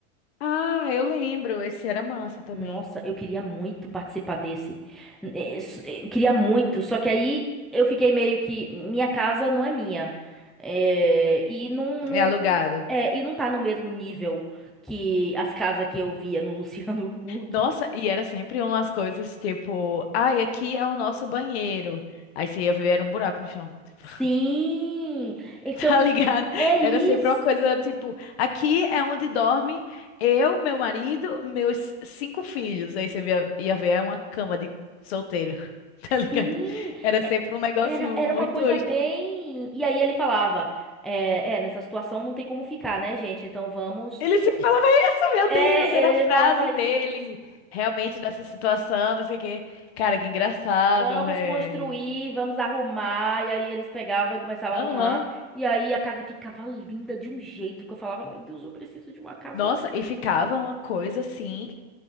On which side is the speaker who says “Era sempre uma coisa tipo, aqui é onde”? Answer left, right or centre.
Left